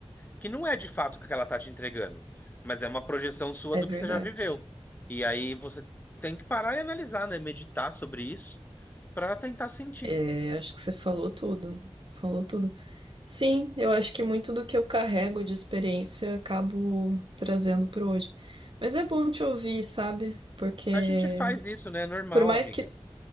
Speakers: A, on the left (about 20°); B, on the right (about 55°).
A: que não é de fato o que ela está te entregando, mas é uma projeção sua
B: é
A: do
B: verdade.
A: que você já viveu. E aí você tem que parar e analisar, né? Meditar sobre isso para tentar sentir.
B: É, acho que você falou tudo. Falou tudo. Sim, eu acho que muito do que eu carrego de experiência eu acabo trazendo para hoje. Mas é bom te ouvir, sabe? Porque
A: A gente faz isso, né? É normal,
B: por mais
A: amiga.
B: que